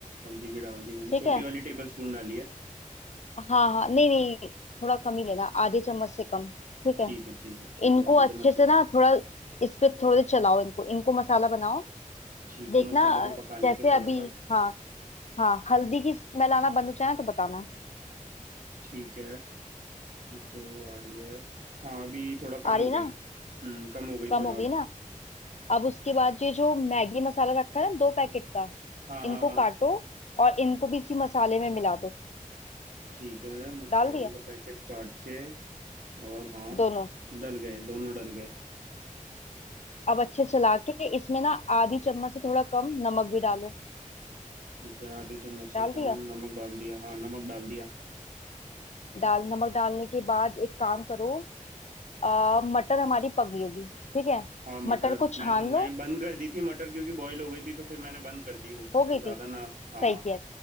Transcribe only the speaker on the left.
ठीक
है
हाँ हाँ नहीं नहीं थोड़ा कम ही लेना आधे चम्मच से कम ठीक है
इनको
अच्छे
से
ना थोड़ा इस पे थोड़े देर चलाओ इनको इनको मसाला बनाओ
देखना
अ,
जैसे
अभी
हाँ हाँ हल्दी की स्मेल आना बंद हो जाए ना तो बताना
आ
रही
ना
कम
हो गई
ना अब उसके बाद ये जो मैगी मसाला रखा है ना दो पैकेट का
इनको
काटो और इनको भी इसी मसाले में मिला दो
डाल दिया
दोनों
अब अच्छे चला के इसमें ना आधी चम्मच से थोड़ा कम नमक भी डालो
डाल
दिया
डाल नमक डालने के बाद एक काम करो अ, मटर हमारी पक गई होगी ठीक है
मटर को
छान लो
हो गई
थी
सही किया